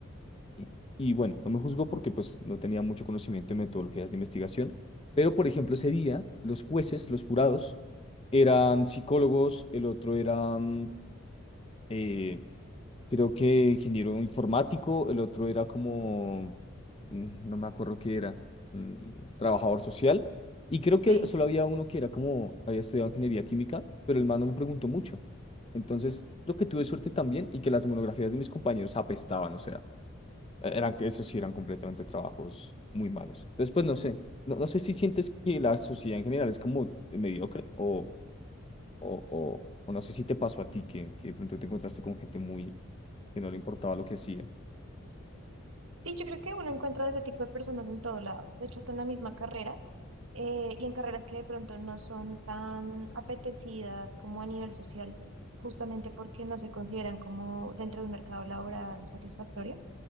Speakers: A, on the left (about 25°); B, on the right (about 75°).
A: Y, y bueno, no me juzgó porque pues no tenía mucho conocimiento en metodologías de investigación, pero por ejemplo ese día los jueces, los jurados, eran psicólogos, el otro era, mm, eh, creo que ingeniero informático, el otro era como, mm, no me acuerdo qué era, mm, trabajador social, y creo que
B: sí.
A: solo había uno que era como, había estudiado ingeniería química, pero el man no me preguntó mucho. Entonces, lo que tuve suerte también y que las monografías de mis compañeros apestaban, o sea e-, Eran, eso sí, eran completamente trabajos muy malos. Después, no sé, no, no sé si sientes que la sociedad en general es como mediocre o, o, o, o no sé si te pasó a ti que, que de pronto te encontraste con gente muy que no le importaba lo que hacía.
B: Sí, yo creo que uno encuentra de ese tipo de personas en todo lado, de hecho hasta en la misma carrera, eh, y en carreras que de pronto no son tan apetecidas como a nivel social, justamente porque no se consideran como dentro de un mercado laboral satisfactorio,